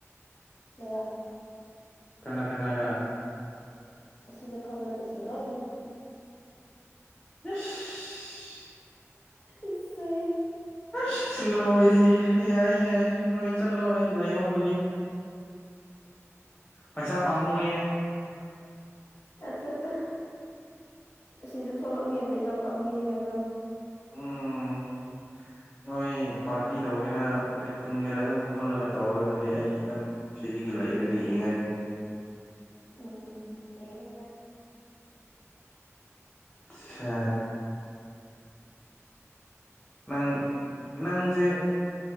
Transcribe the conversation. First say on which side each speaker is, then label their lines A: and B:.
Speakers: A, on the left; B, on the left.
A: ꯃꯌꯥꯝ
B: ꯀꯅꯥ ꯀꯅꯥꯒ
A: ꯑꯁꯤꯗ ꯈꯪꯅꯕꯁꯤꯡ ꯂꯣꯏꯅ
B: ꯏꯁ
A: ꯏꯁ
B: ꯏꯁ ꯂꯣꯏꯔ ꯌꯥꯏ ꯌꯥꯏ ꯅꯣꯏ ꯆꯠꯂꯣ ꯑꯩ ꯂꯩꯍꯧꯔꯒꯦ ꯄꯩꯁꯥ ꯄꯥꯝꯃꯨꯏꯌꯦ
A: ꯑꯆꯥ ꯆꯥꯆꯥ ꯑꯁꯤꯁꯨ ꯊꯕꯛꯅꯦ ꯄꯩꯁꯥ ꯄꯥꯝꯃꯨꯏꯌꯦ ꯍꯥꯏꯕ
B: ꯎꯝ ꯅꯣꯏ ꯄꯥꯔꯇꯤ ꯇꯧꯒꯦꯔ ꯀꯔꯤ ꯄꯨꯟꯒꯦꯔ ꯑꯗꯨꯝ ꯄꯨꯜꯂꯒ ꯇꯧꯔꯣ ꯑꯗꯨꯗꯤ ꯑꯩ ꯑꯗꯨꯝ ꯁꯤꯗꯒꯤ ꯂꯩꯔꯒ ꯌꯦꯡꯉꯒꯦ
A: ꯎꯝ ꯌꯦꯡꯅꯤ ꯅꯪ
B: ꯑꯠꯁꯥ ꯅꯪ ꯅꯪꯖꯦ